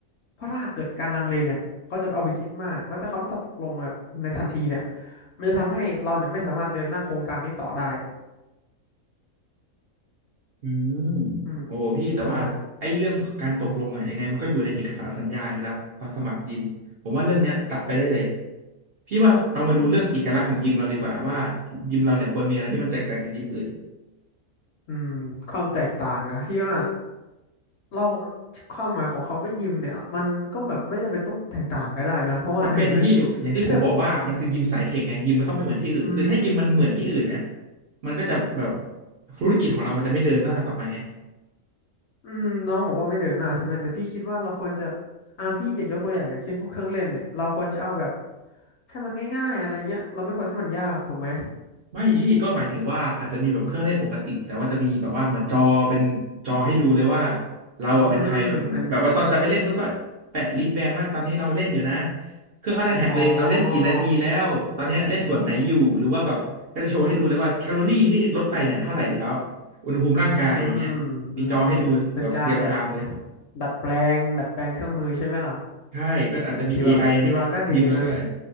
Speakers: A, on the left; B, on the right.
A: เพราะถ้าเกิดการลังเลเนี่ยเขาจะเอาไปคิดมากแล้วถ้าเขาไม่ตกลงแบบในทันทีเนี่ยมันจะทำให้เราเนี่ยไม่สามารถเดินหน้าโครงการนี้ต่อได้
B: อืม
A: อืม
B: โอ้พี่แต่ว่าไอ้เรื่องการตกลงอ่ะยังไงมันก็อยู่ในเอกสารสัญญาอยู่แล้วตอนสมัครยิมผมว่าเรื่องเนี้ยตัดไปได้เลย
A: ใช่
B: พี่ว่าเรามาดูเรื่องเอกลักษณ์ของยิมเราดีกว่าว่ายิมเราเนี่ยควรมีอะไรที่มันแตกต่างจากยิมอื่น
A: อืมความแตกต่างอะที่ว่าเราความหมายของคำว่ายิมเนี่ยมันก็แบบไม่จำเป็นต้องแตกต่างก็ได้นะเพราะว่าหนึ่งเลย
B: จำเป็นที่พี่อย่างที่ผมบอกว่ามันคือยิมสายเทคไงยิมมันต้องไม่เหมือนที่อื่นคือถ้ายิมมันเหมือนที่อื่นเนี่ย
A: เครื่องอืม
B: มันก็จะแบบธุรกิจของเรามันจะไม่เดินหน้าต่อไปไง
A: อืมน้องบอกว่าไม่เดินหน้าใช่ไหมแต่พี่คิดว่าเราควรจะอ่าพี่อยากยกตัวอย่างอย่างเช่นพวกเครื่องเล่นเนี่ยเราควรจะเอาแบบให้มันง่ายๆอะไรเงี้ยเราไม่ควรให้มันยากถูกไหม
B: ไม่พี่ก็หมายถึงว่าอาจจะมีแบบเครื่องเล่นปกติแต่ว่าจะมีแบบว่าเหมือนจอเป็นจอให้ดูเลยว่าเราอ่ะเป็นใครแบบแบบว่าตอนจะไปเล่นปุ๊บก็แปะลิสต์แบนว่าตอนนี้เราเล่นอยู่นะ
A: อืมเป็น
B: เครื่องก็จะแท็กเลยเราเล่นกี่นาทีแล้วตอนเนี้ยเล่นส่วนไหนอยู่หรือว่าแบบก็จะโชว์ให้ดูเลยว่าแคลอรี่ที่ลดไปเนี่ยเท่าไหร่แล้ว
A: อ๋อ
B: อุณหภูมิร่างกายอย่างเงี้ยมีจอให้ดูแบบเรียลไทม์เลย
A: อืมอืมอืมอืมเป็นการแบบดัดแปลงดัดแปลงเครื่องมือใช่ไหมล่ะ
B: ใช่ก็อาจจะมีเอไอในยิมแล้วด้วย
A: อืมพี่ว่าพี่ว่าก็ดีนะ